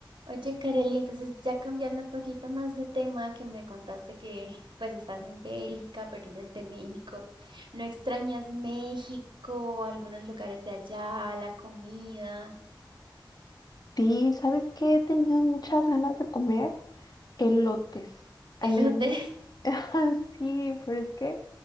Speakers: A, on the right (about 75°); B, on the left (about 50°).
A: Oye, Kareli, entonces ya cambiando un poquito más de tema, que me contaste que pues estás en Bélgica, pero eres de México. ¿No extrañas México, algunos lugares de allá, la comida,
B: Sí, ¿sabes qué? He tenido muchas ganas de comer elotes allá
A: elotes?
B: en México. <laughs> Ah, Sí, pero es que